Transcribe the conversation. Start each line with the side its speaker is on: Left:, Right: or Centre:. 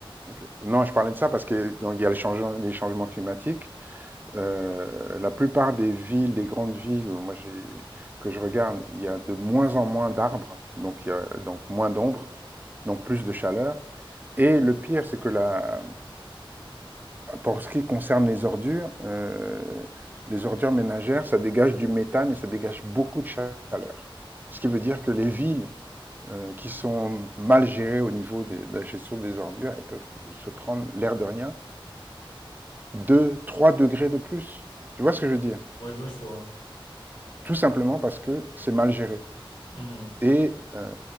Right: OK. Non, je parlais de ça parce que donc il y a le changement les changements climatiques. Heu, la plupart des villes, des grandes villes où moi j'ai que je regarde, il y a de moins en moins d'arbres, donc il y a donc moins d'ombre, donc plus de chaleur et le pire, c'est que la pour ce qui concerne les ordures, heu, les ordures ménagères, ça dégage du méthane et ça dégage beaucoup de chaleur. Ce qui veut dire que les villes euh, qui sont mal gérées au niveau de, de la gestion des ordures, elles peuvent se prendre, l'air de rien, 2, 3 degrés de plus. Tu vois ce que je veux dire
Left: Ouais, ouais, je vois.
Right: Tout simplement parce que c'est mal géré.
Left: Mhm.
Right: Et euh,